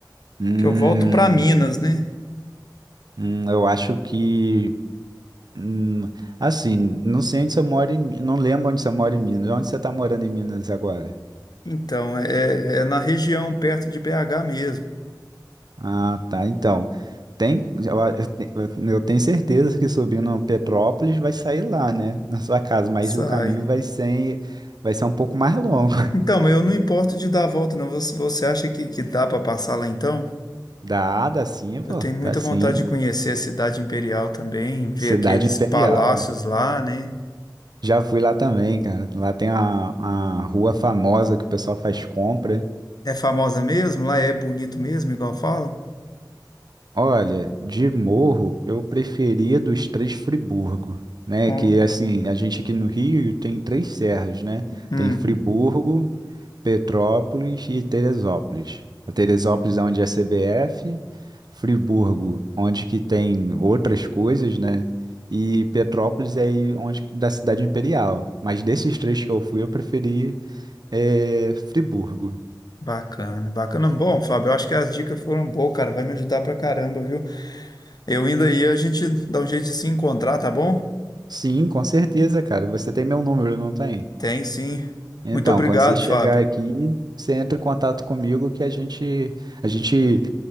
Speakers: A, on the right; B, on the left.
A: Hum,
B: Que eu volto para Minas, né?
A: hum, eu acho que. hum, assim, não sei onde você mora em, Mi- não lembro onde você mora em Minas. Onde você está morando em Minas agora?
B: Então, é, é é na região perto de BH mesmo.
A: Ah, tá. Então, tem, eu, a- eu te- eu- eu tenho certeza que subindo Petrópolis vai sair lá, né? Na sua casa, mas
B: Sai.
A: o caminho vai ser, vai ser um pouco mais longo. <laughs>
B: Então, mas eu não importo de dar a volta, não. Você, você acha que, que dá para passar lá então?
A: Dá, dá sim, pô.
B: Eu tenho muita
A: Dá sim.
B: vontade de conhecer a cidade imperial também, ver
A: Cidade
B: aqueles
A: Imperial.
B: palácios lá, né?
A: Já fui lá também, cara. Lá tem a, a rua famosa que o pessoal faz compra.
B: É famosa mesmo? Lá é bonito mesmo, igual fala?
A: Olha, de morro eu preferia dos três Friburgo, né?
B: Ó,
A: Que assim, a gente aqui no Rio tem três serras, né?
B: hum,
A: Tem Friburgo, Petrópolis e Teresópolis. A Teresópolis é onde é a CBF, Friburgo, onde que tem outras coisas, né? E Petrópolis é aí onde da cidade imperial. Mas desses três que eu fui, eu preferi É, Friburgo.
B: bacana, bacana. Bom, Fábio, eu acho que as dicas foram boas, cara. Vai me ajudar pra caramba, viu? Eu indo aí, a gente dá um jeito de se encontrar, tá bom?
A: Sim, com certeza, cara. Você tem meu número, não tem?
B: Tem sim.
A: Então,
B: Muito obrigado,
A: quando você chegar
B: Fábio.
A: aqui, você entra em contato comigo que a gente a gente